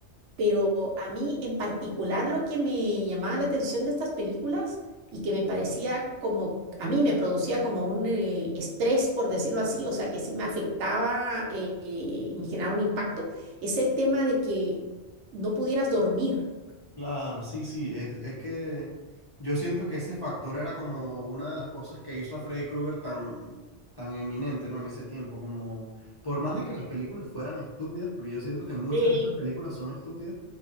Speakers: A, on the right; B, on the left.
A: pero a mí en particular lo que me llamaba la atención de estas películas y que me parecía como, a mí me producía como un eh, estrés, por decirlo así, o sea, que sí me afectaba eh, y me generaba un impacto, es el tema de que no pudieras dormir.
B: Claro, sí, sí, es, es que yo siento que ese factor era como una de las cosas que hizo a Freddy Krueger tan, tan eminente, ¿no? En ese tiempo, como por más de que las películas fueran estúpidas, porque yo siento que muchas
A: Sí.
B: de esas películas son estúpidas,